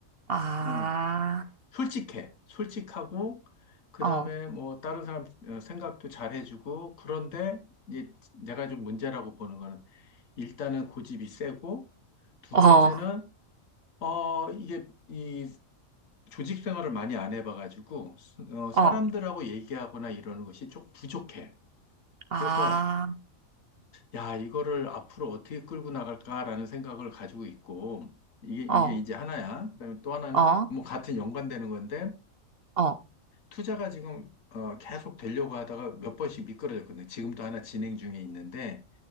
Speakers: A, on the right; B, on the left.
A: 아,
B: 어, 솔직해. 솔직하고, 그
A: 어,
B: 다음에 뭐, 다른 사람 어, 생각도 잘해주고, 그런데, 이제 내가 좀 문제라고 보는 거는, 일단은 고집이 세고, 두
A: 어,
B: 번째는, 어, 이게, 이, 조직 생활을 많이 안 해봐가지고, 어,
A: 어,
B: 사람들하고 얘기하거나 이러는 것이 좀 부족해.
A: 아,
B: 그래서, 야, 이거를 앞으로 어떻게 끌고 나갈까라는 생각을 가지고 있고, 이게, 이게
A: 어,
B: 이제 하나야. 그다음에 또 하나는,
A: 어,
B: 뭐, 같은 연관되는 건데,
A: 어,
B: 투자가 지금, 어, 계속 되려고 하다가 몇 번씩 미끄러졌거든요. 지금도 하나 진행 중에 있는데,